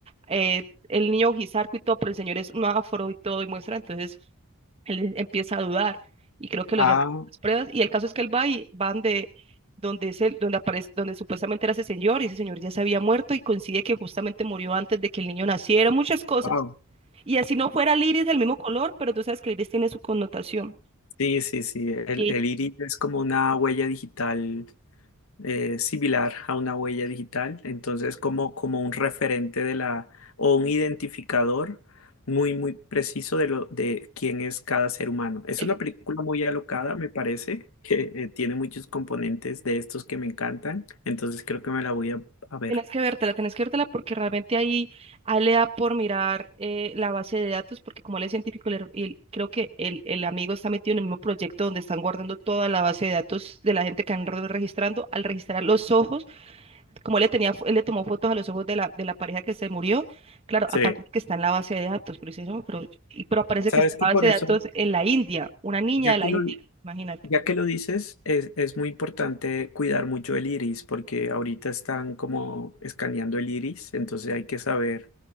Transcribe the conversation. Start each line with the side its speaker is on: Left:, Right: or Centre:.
Right: eh, el niño Gizarco y todo, pero el señor es un afro y todo, y muestra entonces él em, empieza a dudar y creo que
Left: Ah,
Right: lo llaman a las pruebas y el caso es que él va y van de donde es el- donde aparece donde supuestamente era ese señor y ese señor ya se había muerto y coincide que justamente murió antes de que el niño naciera, muchas cosas.
Left: wow.
Right: Y así no fuera el iris del mismo color, pero tú sabes que el iris tiene su connotación.
Left: Sí, sí, sí. El,
Right: Y
Left: el iris es como una huella digital eh, similar a una huella digital, entonces como, como un referente de la o un identificador muy, muy preciso de lo de quién es cada ser humano. Es
Right: el
Left: una película muy alocada, me parece, <laughs> que eh, tiene muchos componentes de estos que me encantan, entonces creo que me la voy a, a ver.
Right: Tienes que vértela, tienes que vértela porque realmente ahí, ahí le da por mirar eh, la base de datos, porque como él es científico, le- y él- creo que el, el amigo está metido en el mismo proyecto donde están guardando toda la base de datos de la gente que han re- registrando. Al registrar los ojos, como él le tenía, fo- él le tomó fotos a los ojos de la, de la pareja que se murió, claro,
Left: Sí.
Right: aparece que está en la base de datos, pero dice, no, pero, y- pero aparece
Left: Sabes
Right: que está en
Left: que
Right: la
Left: por
Right: base de
Left: eso,
Right: datos en la India, una niña
Left: ya
Right: de la
Left: que lo,
Right: India, imagínate.
Left: ya que lo dices, es, es muy importante cuidar mucho el iris, porque ahorita están como escaneando el iris, entonces hay que saber